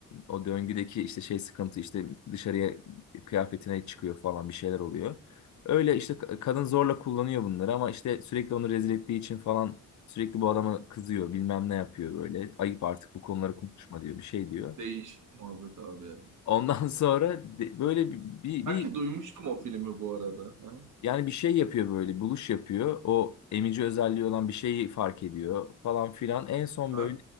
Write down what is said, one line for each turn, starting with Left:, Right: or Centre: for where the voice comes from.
Left: o döngüdeki işte şey sıkıntı işte dışarıya kıyafetine çıkıyor falan bir şeyler oluyor. Öyle işte ka- kadın zorla kullanıyor bunları ama işte sürekli onu rezil ettiği için falan sürekli bu adama kızıyor bilmem ne yapıyor böyle. Ayıp artık bu konuları konuşma diyor bir şey diyor.
Right: Değişik muhabbet abi ya.
Left: Ondan <laughs> sonra de- böyle bir, bir, bir
Right: Sanki duymuştum o filmi bu arada. Ha?
Left: Yani bir şey yapıyor böyle, buluş yapıyor. O emici özelliği olan bir şeyi fark ediyor falan filan. En son
Right: Ha?
Left: böyle